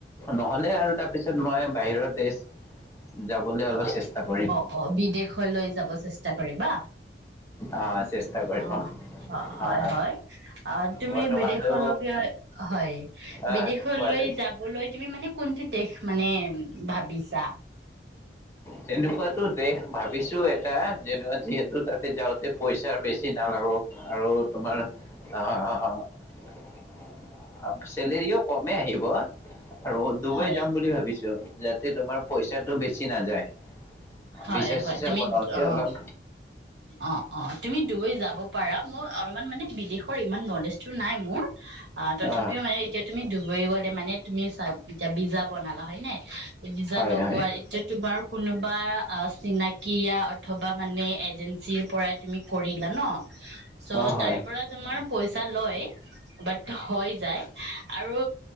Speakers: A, on the left; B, on the right.
A: নহ'লে আৰু তাৰপিছত মই বাহিৰৰ দেশ যাবলৈ অলপ
B: অ',
A: চেষ্টা কৰিম
B: অ', অ', বিদেশলৈ যাব চেষ্টা কৰিবা?
A: আহ চেষ্টা কৰিম
B: অ', অ', হয়-
A: আহ
B: হয় অ', তুমি
A: বৰ্তমানতো
B: বিদেশলৈে হয়
A: আহ
B: বিদেশলৈ
A: কোৱাচোন
B: যাবলৈ তুমি মানে কোনটো দেশ মানে ভাবিছা?
A: তেনেকুৱাতো দেশ ভাবিছো এটা যেনো যিহেতু তাতে যাওঁতে পই ছা বেছি নালাগক আৰু তোমাৰ অ', অ', অ'। <unintelligible> চেলেৰিও কমেই আহিব। আৰু ডুবাই
B: হয়
A: যাম বুলি ভাবিছো। যাতে তোমাৰ পইচাটো বেছি নাযায়।
B: হয়
A: ভিজা
B: -হয়
A: চিজা
B: তুমি
A: বনাওতে
B: অ',
A: অলপ
B: অ', অ', তুমি ডুবাই যাব পাৰা মই অলপমান মানে বিদেশৰ ইমান নলেজটো নাই মোৰ অ', তথাপিও
A: আহ
B: মানে এতিয়া তুমি ডু গৈ গলে মানে তুমি চা এতিয়া ভিজা বনালা, হয় নে? ভিজা
A: হয়
B: লগোৱাৰ
A: হয়
B: এতিয়া তোমাৰ কোনোবা ফা চিনাকী য়া অথবা মানে এজেঞ্চী পৰাই তুমি কৰিলা ন ছ'
A: অ হয়
B: তাৰে পৰা তোমা ৰ পইচা লয় বাট হৈ যায় আৰু